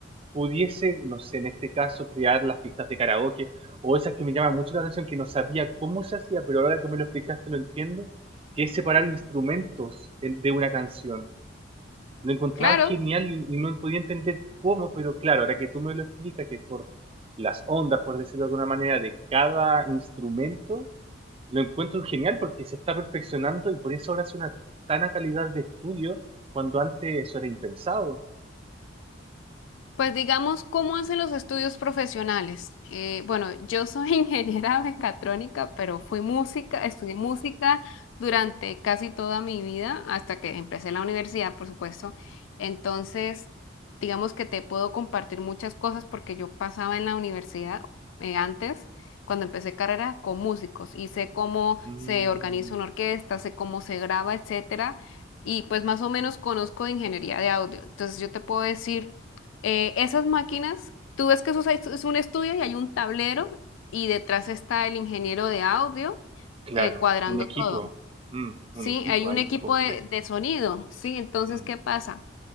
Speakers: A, on the right; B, on the left.
A: pudiese, no sé, en este caso, crear las pistas de karaoke o esas que me llaman mucho la atención que no sabía cómo se hacía, pero ahora que me lo explicaste lo entiendo, que es separar instrumentos en- de una canción. Lo encontraba
B: claro.
A: genial y, y no podía entender cómo, pero claro, ahora que tú me lo explicas, que es por las ondas, por decirlo de alguna manera, de cada instrumento, lo encuentro genial porque se está perfeccionando y por eso ahora es una tan a calidad de estudio cuando antes eso era impensado.
B: Pues digamos, ¿cómo hacen los estudios profesionales? Eh, bueno, yo soy <laughs> ingeniera mecatrónica, pero fui música, estudié música durante casi toda mi vida, hasta que empecé la universidad, por supuesto. Entonces, digamos que te puedo compartir muchas cosas porque yo pasaba en la universidad eh, antes, cuando empecé carrera, con músicos y sé cómo
A: Mm,
B: se organiza una orquesta, sé cómo se graba, etcétera. Y pues más o menos conozco de ingeniería de audio. Entonces, yo te puedo decir eh, esas máquinas, tú ves que eso es es un estudio y hay un tablero y detrás está el ingeniero de audio
A: claro,
B: eh, cuadrando
A: un equipo,
B: todo.
A: mm,
B: Sí,
A: un equipo
B: hay un
A: ahí
B: equipo
A: incompleto.
B: de, de sonido, ¿sí? Entonces,
A: Mm,
B: ¿qué pasa?